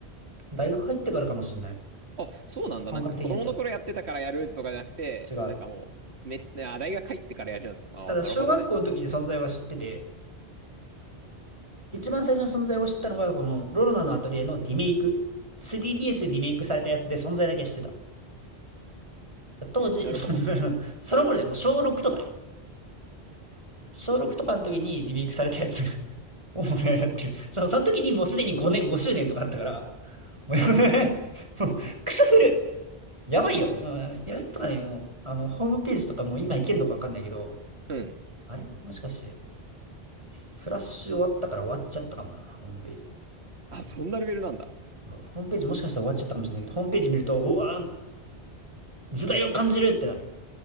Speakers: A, on the right (about 30°); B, on the right (about 85°).
A: 大学入ってからかもしれない。
B: あ、そうなんだ。
A: 本格的にやったの。
B: なんか子供の頃やってたからやるとかじゃなくて、
A: 違う。
B: なんかもう、めっちゃ、あ大学入ってからやるようになった。ああ、
A: ただ、
B: なるほどね。
A: 小学校の時に存在は知ってて、一番最初の存在を知ったのが、この、ロロナのアトリエのリメイク。3DS でリメイクされたやつで存在だけ知ってた。当時、
B: なるほど。
A: <laughs> その頃でもう小6とかよ。小6とかの時にリメイクされたやつを俺はやってる。その、その時にもうすでに5年、5周年とかあったから、もう <laughs> もうクソ古やばいよ。うん、やつとかね、もう、あの、ホームページとかもう今いけるのかわかんないけど、
B: うん。
A: あれもしかして、フラッシュ終わったから終わっちゃったかもな、ホームページ。
B: あ、そんなレベルなんだ。
A: もうホームページもしかしたら終わっちゃったかもしれないけど、ホームページ見ると、うわー、時代を感じるってなる。